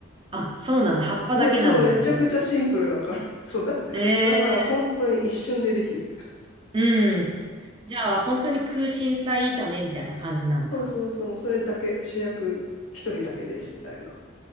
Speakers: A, on the right; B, on the left.
A: あ、そうなんだ。
B: <laughs>
A: 葉っぱだけなんだね。
B: め、そう、めちゃくちゃシンプルだから。そうだ。
A: ええ
B: だから本当に一瞬でできる。
A: うん。じゃあ、本当に空心菜炒めみたいな感じなんだ。
B: そうそうそう、もうそれだけ、主役一人だけですみたいな